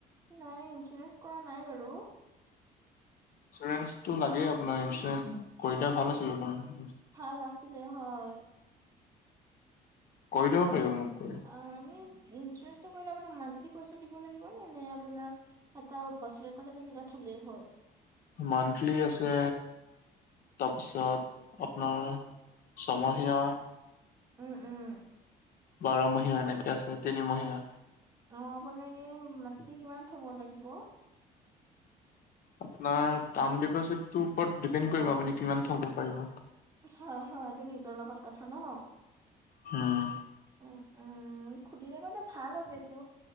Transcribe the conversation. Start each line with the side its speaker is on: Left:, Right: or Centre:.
Right: অ, নাই, নাই, ইঞ্চুৰেঞ্চ কৰা নাই বাৰু।
Left: ইঞ্চুৰেঞ্চটো লাগেই আপোনাৰ, ইঞ্চুৰেঞ্চ কৰিলে ভাল আছিলে বাৰু।
Right: ভাল আছিলে, হয়।
Left: কৰি দিব পাৰিব, মোক কৈ।
Right: অ', এনে ইঞ্চুৰেঞ্চটো কৰিলে আপোনাৰ মান্থলী পইচা দিব লাগিব নে, নে আপোনাৰ এটা বছৰেকত এটা থ'লেই হ'ল?
Left: মান্থলী আছে, তাৰপিছত আপোনাৰ চময় <unintelligible>
Right: উম, উম।
Left: বাৰমহীয়া এনেকে আছে, তিনিমহীয়া।
Right: অ', আপোনাৰ এনে মান্থলী কিমান থ'ব লাগিব?
Left: আপোনাৰ টাৰ্ম ডিপ'জিটতো ওপৰত ডিপেণ্ড কৰিব, আপুনি কিমান থ'ব পাৰিব।
Right: হয়, হয়। এইটো নিজৰ লগত কথা ন!
Left: উম।
Right: উ, উম। খুলিলে মানে ভাল আছে, এইটো